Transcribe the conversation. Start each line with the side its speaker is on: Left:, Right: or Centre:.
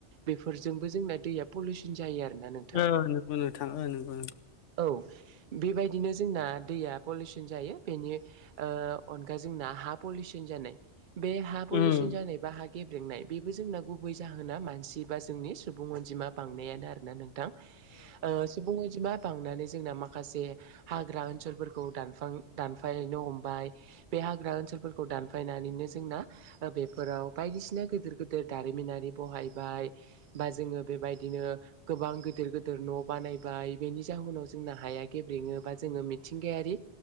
Right: बेफोरजोंबो जोंना दैया पलिउसन जायो आरोना नों
Left: ओ नंगौ नोंथां ओ नंगौ नोंथां
Right: औ बेबायदिनो जोंना दैया पलिउसन जायो बेनि ओ अनगा जोंना हा पलिउसन जानाय बे हा पलिउसन
Left: उम
Right: जानाय बा गेब्रेंनाय बेबो जोंना गुबै जाहोना मानसि बा जोंनि सुबुं अनजिमा बांनायानो आरोना नोंथां ओ सुबुं अनजिमा बांनानै जोंना माखासे हाग्रा ओनसोलफोरखौ दानफां दानफायनो हम बे हाग्रा ओनसोलफोरखौ दानफायनानैनो जोंना बेफोराव बायदिसिना गिदिर गिदिर दारिमिनारि बहायबाय बा जोङो बेबायदिनो गोबां गिदिर गिदिर न' बानायबाय बेनि जाहोनाव जोंना हाया गेब्रेङो बा जोङो मिथिंगायारि